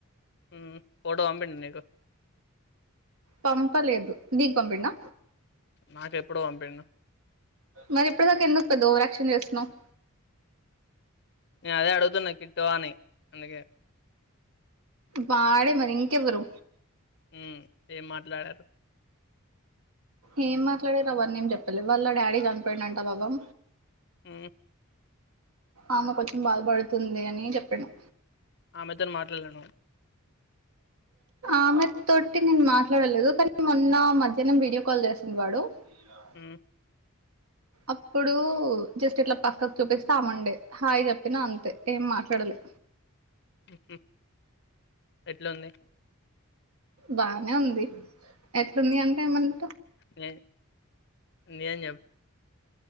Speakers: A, on the left; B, on the right.
A: ఊ ఫోటో బంపిండు నీకు
B: పంపలేదు నీకు పంపిండా
A: నాకెప్పుడో పంపిండు
B: మరి ఇప్పుడు దాకా ఎందుకు పెద్ద ఓవరాక్షన్ చేస్తున్నావ్
A: నేను అదే అడుగుతున్నా కిట్టోవా అని అందుకే
B: వాడే మరి ఇంకెవ్వరు
A: ఊ ఏం మాట్లాడారు
B: ఏం మాట్లాడారు అవన్నీ ఏం చెప్పలే వాళ్ళ డాడీ చనిపోయిండట పాపం
A: ఊ
B: ఆమె కొంచెం బాధపడుతుంది అని చెప్పిన్ను
A: ఆమెతోని మాట్లాడలేను
B: ఆమె తోటి నేను మాట్లాడలేదు కానీ మొన్న మధ్యాహ్నం వీడియో కాల్ చేసిండు వాడు ఇ
A: ఊ
B: అప్పుడు జస్ట్ ఇట్లా పక్కకు చూపేసామండే హాయ్ చెప్పిన అంతే ఏం మాట్లాడలే
A: హు హమ్ ఎట్లా ఉంది
B: బానే ఉంది ఎట్లుంది అంటే ఏమంట
A: నే నిజం చెప్